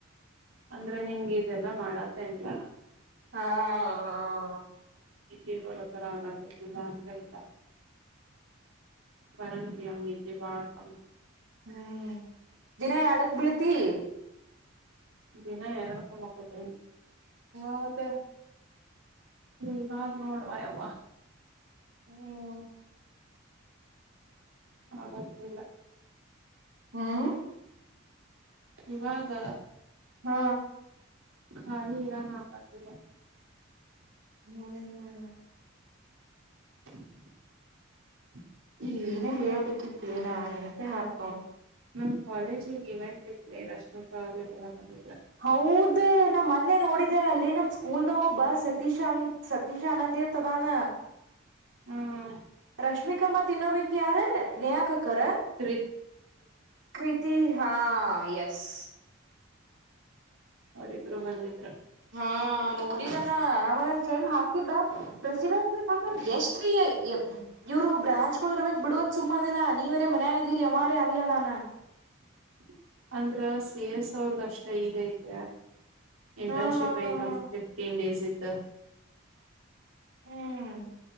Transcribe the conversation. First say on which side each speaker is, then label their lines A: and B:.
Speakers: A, on the right; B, on the right.
A: ಅಂದ್ರೆ ಹಿಂಗ ಇದೆಲ್ಲಾ ಮಾಡತನ್ಲ್ಲ
B: ಹಾ ಹಾ
A: ಈ ಬರೋ ತರ ಆಗಾದದಲ್ಲ ಅಂತ ಇಲ್ಲ ಬರಂಗಿಲ್ಲಂ ನಿದ್ದೆ ಬಳಕಮ್ಮಿ
B: ಹ್ಮ್ ದಿನ ಎಡಕ್ ಬೀಳ್ತಿ
A: ದಿನ ಎರಡುಕ್ಕ ಮಪ್ಪತ್ತ
B: ಹಾ ಮತ್ತೆ
A: ಇವಾಗ ನೋಡ್ ಯವ್ವ
B: ಹ್ಮ್
A: ಹ್ತಿಲ್ಲ <inaudible>
B: ಹ್ಮ್
A: ಇವಾಗ
B: ಹಾ
A: ಖಾಲಿ ಇರನ್ ಆಗಾದಲ್ಲ
B: ಹ್ಮ್
A: <inaudible>
B: ಈನ
A: ಮತ್ತ
B: ಹೇಳ್ಬೇಕಿತ್ಲಿನಾ ನೆನಪೇ ಹಾಗ್ತಾಇಲ್ಲ
A: ನಮ ಕಾಲೇಜಿಗೆ ಇವೆಂಟ್ ಇವಿ ರಶ್ಮಿಕಾ ಅವರು ಇವೆಲ್ಲ ಬಂದಿದ್ರು
B: ಹೌದೆ ನಮ್ ಮೊನ್ನೆ ನೋಡಿದ ಅಲ್ಲಿ ನಮ್ ಸ್ಕೂಲ್ದ ಒಬ್ಬ ಸತೀಶ್ ಅ ಸತೀಶ್ನಂದ್ ಅದಾನ
A: ಹ್ಮ್
B: ರಶ್ಮಿಕ ಮತ್ತು ಇನ್ನೋಬೇಕಿ ಯಾರ ನೇಹಾಕಕ್ಕರ
A: ರಿ
B: ಕೃತಿ ಹಾ ಎಸ್
A: ಅವರಿಬ್ರು ಬಂದಿದ್ರು
B: ಹಾ ನೋಡಿದಾನ ಆವ ಫ್ರೆಂಡ್ ಹಾಕಿದ್ದ ಪ್ರೆಸಿಡೆನ್ಸಿ ಹಾಕಂದ್ ಎಷ್ಟ ರೀ ಇವ್ರು ಬ್ರಾಂಚ್ ಗಳು ಇರ್ಬೇಕಕ್ ಬಿಡುವದ್ ಸುಮ್ಮದನ ನೀವರೇ ಮನ್ಯಾಗದೀರಿ ಅವ ಅರೆ ಅಲ್ಲ ಅದಾನ
A: <unintelligible> ಅಂದ್ರ ಸೇ ಎ ಸ ಅವ್ರದ ಅಷ್ಟ ಇದ ಐತ ಇಂಟರ್ನ್ಶಿಪ್
B: ಹಾ ಹಾ ಹಾ
A: ಐತ್
B: ಹಾ
A: ಒಂದ್ ಫಿಫ್ಟೀನ್ ಡೇಸ್ ಇದ್ದ
B: ಹ್ಮ್